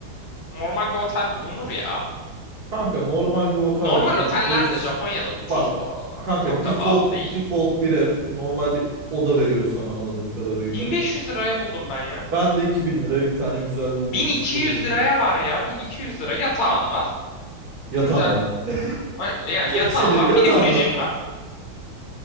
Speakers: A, on the left; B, on the right.
A: Normal bir otel bulunur ya.
B: Kanka normal bir otel
A: Normal
B: buldum.
A: oteller
B: Gecesi
A: de Japonya'da ucuz
B: bak
A: bu arada.
B: kanka
A: Çok
B: default
A: da pahalı değil.
B: default bir ev normal bir oda veriyor sana anladığım kadarıyla.
A: 1500 liraya buldum ben ya.
B: Ben de iki bin liraya bir tane güzel buldum
A: 1200
B: çıtırında.
A: liraya var ya. 1200 lira. Yatağın var.
B: Yatağın
A: Güzel.
B: var. <laughs>
A: Ay, Yani yatağın
B: Şey diyor,
A: var.
B: yatağın
A: Mini fricin
B: var.
A: var.